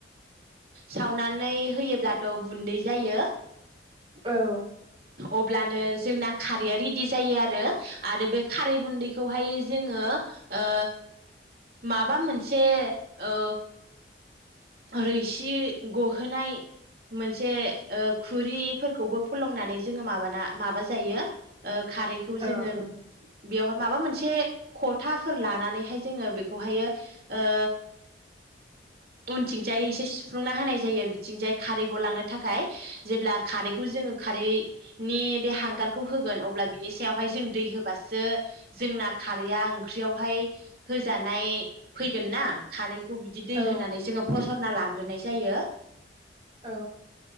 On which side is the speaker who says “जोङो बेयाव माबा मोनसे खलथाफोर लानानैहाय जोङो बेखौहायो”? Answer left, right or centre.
Right